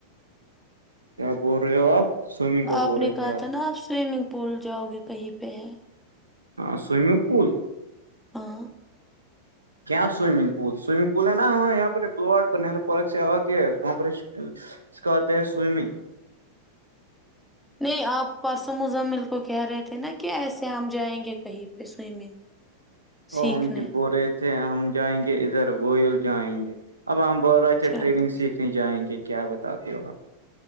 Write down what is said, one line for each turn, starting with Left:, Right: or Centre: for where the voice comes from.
Right: کیا بول رہے ہو آپ سوئمنگ کا
Centre: آپ
Right: بول
Centre: نے
Right: رہے
Centre: کہا
Right: تھے
Centre: تھا نا آپ سوئمنگ پول جاؤ گے کہیں پہ ہے
Right: ہاں سوئمنگ پول
Centre: ہاں
Right: کیا سوئمنگ پول سوئمنگ پول ہے نا ہاں یہاں پر بلاٹرو پارک سے آگ وہاں پر اس کا آتے ہیں سوئمنگ
Centre: نہیں آپ پرسوں مزمل کو کہہ رہے تھے نا کہ ایسے ہم جائیں گے کہیں پہ سوئمنگ
Right: وہ
Centre: سیکھنے
Right: ہم بول رہے تھے ہم جائیں گے ادھر وئل جائیں گے اب ہم بول رہے اے
Centre: چلو
Right: ٹریننگ سیکھنے جائیں گے کیا بتاتے ہو آپ